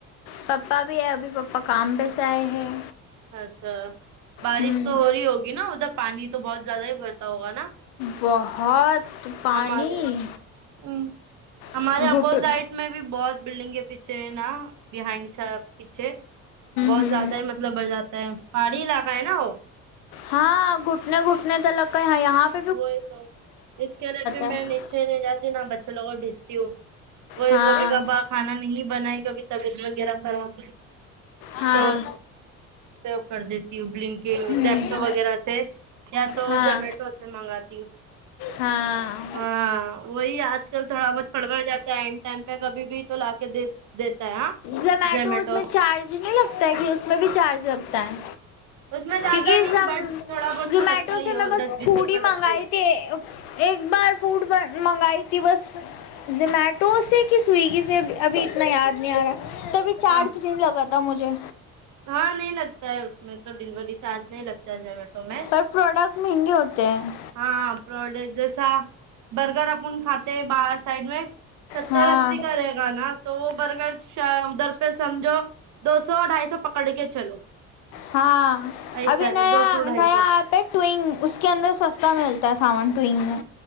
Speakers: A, on the left; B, on the right.
A: پپا بھی ہے ابھی پپا کام پہ سے آئے ہیں
B: اچھا بارش
A: ہوں
B: تو ہو رہی ہوگی نا ادھر پانی تو بہت زیادہ ہی بھرتا ہوگا نا
A: بہت پانی
B: ہمارے ہم، ہمارے
A: گھٹ
B: اپوزائٹ
A: ہوں
B: میں بھی بہت بلڈنگ ہے پیچھے نا بہائنڈ سا پیچھے بہت
A: ہوں
B: زیادہ ہی مطلب بڑھ جاتا ہے پہاڑی علاقہ ہے نا وہ
A: ہاں گھٹنے گھٹنے تو لگے ہیں یہاں پ
B: وہی تو اس کے لیے بھی
A: ہے
B: میں نیچے نہیں جاتی نا بچوں لوگ کو بھیجتی ہوں وئی
A: ہاں
B: کبھی کبا کھانا نہیں بنائی کبھی طبیعت وغیرہ خراب
A: ہاں
B: تو سب کر دیتی ہوں بلینکٹ
A: ہوں
B: زپتو وغیرہ وغیرہ سے یا تو
A: ہاں
B: زمیٹو سے منگاتی ہوں
A: ہاں
B: ہاں وہی آج کل تھوڑا بہت پڑبڑ جاتا ہے اینڈ ٹائم پہ کبھی بھی تو لا کے دے دیتا ہے ہاں
A: زمیٹو
B: زومیٹو
A: میں چارج مجھ نہیں لگتا ہے کہ اس میں بھی چارج لگتا ہے
B: اس میں زیادہ
A: کیونکہ
B: نہیں
A: زم
B: بٹ تھوڑا بہت
A: زومیٹو
B: تو لگتا ہی
A: سے
B: ہو
A: میں بس
B: دس بیس
A: ہڈی
B: روپے لگتا
A: منگائی
B: ہی ہے.
A: تے ایک بار فوڈ بن منگائی تھی بس زومیٹو سے کی سویگی سے ابھی اتنا یاد نہیں آ رہا تبھی چارجٹیم
B: ہاں
A: لگا تھا مجھے
B: ہاں نہیں لگتا ہے اس میں تو ڈیگولی چارج نہیں لگتا ہے ذمیٹوں میں
A: پر پروڈکٹ مہنگے ہوتے ہیں
B: ہاں پرڈک جسا برگر اپون کھاتے باہر سائڈ میں ستر
A: ہاں
B: اسی کا رہے گا نا تو وہ برگر شا ادھر پے سمجھو دو سو ڈھائی سو پکڑ کے چلو
A: ہاں
B: ایسا
A: ابھی نیا
B: ہے دو سو ڈھائی
A: نیا
B: سو
A: ایپ ہے ٹونگ اس کے اندر سستا ملتا ہے سامان ٹونگ میں